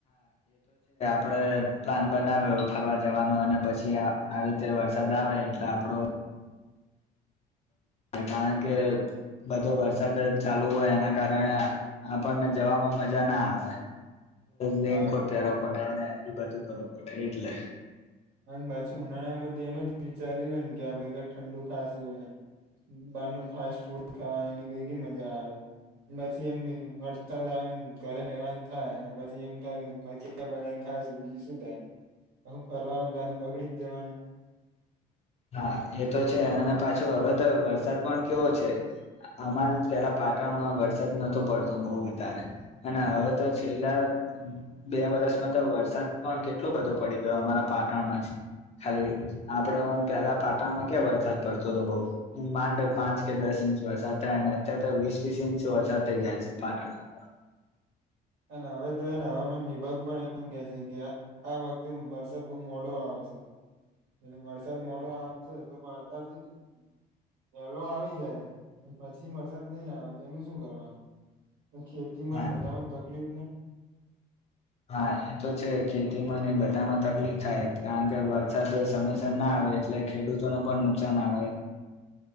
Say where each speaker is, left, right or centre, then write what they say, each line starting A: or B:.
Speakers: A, on the left; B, on the right.
A: આપડ પ્લાન બનાવ્યો ફરવા જવાનો અને પછી આવી રીતે વરસાદ આવે એટલે આપડો કારણ કે બધો વરસાદ ચાલુ હોય એના કારણે આપણને જવામાં મજા ના આવે લેન
B: હા
A: કો પ્યાર પડે એ બાજુ ખ થઈ એટલે
B: અને પાછી ઉનાળામાં એમ જ વિચાર્યું હોય ને કે આપડે કક ઠંડુ ખાશું અને બહાર ન ફાસ્ટ ફૂડ ખાવાની એની બધી કે મજા આવે પછી એમ વરસાદ આવે ઘર એવા થાય પછી એમ થાય કે મજી બનાવીને ખાયશું બીજું શું થાય ફરવાનું ગા બગડી જ જવાનું <inaudible>
A: હા એ તો છે અને પાછું હવે તો વરસાદ પણ કેવો છે અમારે પેલા પાટણમાં વરસાદ નોતો પડતો બહુ વધારે અને હવે તો છેલ્લા બે વરષમાં તો વરસાદ પણ કેટલો બધો પડી ગયો અમારા પાટણમાં જ ખાલી આપડ પેલા પાટણમાં ક્યાં વરસાદ પડતો હતો બઉ હું માંડ પાંચ કે દસ ઇંચ વરસાદ થાય અને અત્યારે તો વીસ વીસ ઇંચ વરસાદ થઇ જાય છે પાટણમાં પણ
B: હવે તો એને હવામાન વિભાગ પણ એમ કે છે કે આ વખતે વરસાદ બહુ મોડો આવશે એ વરસાદ મોડો આવશે તો પણ અતારથી વહેલો આવી જાય છે પછી વરસાદ નહીં આવે તો એનું શું કરવાનું ખેતી
A: હા
B: બધામાં કબને
A: હા એ તો છે ખેતીમાંને બધામાં તકલીફ થાય કારણ કે વરસાદ સમયસર ના આવે એટલે ખેડૂતોને પણ નુકસાન આવે